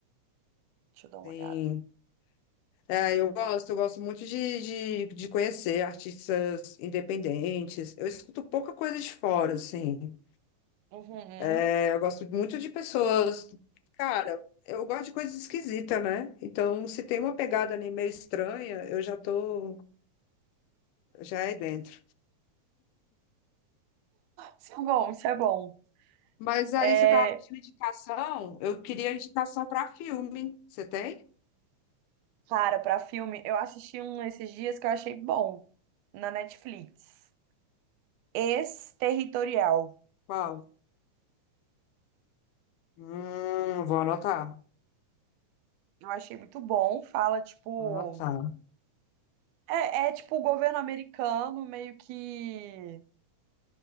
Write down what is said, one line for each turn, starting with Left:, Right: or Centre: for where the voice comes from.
Right: Deixa eu dar uma
Left: sim
Right: olhada.
Left: É, eu gosto, eu gosto muito de, de, de conhecer artistas independentes. Eu escuto pouca coisa de fora, assim.
Right: Uhum.
Left: É, eu gosto muito de pessoas. Cara, eu gosto de coisas esquisitas, né? Então, se tem uma pegada ali meio estranha, eu já tô, já é dentro.
Right: Isso é bom, isso é bom.
Left: Mas aí
Right: É.
Left: você tava pedindo indicação, eu queria indicação para filme. Você tem?
Right: Cara, pra filme, eu assisti um esses dias que eu achei bom na Netflix. Ex-Territorial.
Left: Qual? Hum, vou anotar.
Right: Eu achei muito bom. Fala, tipo.
Left: Vou anotar.
Right: É, é tipo o governo americano meio que.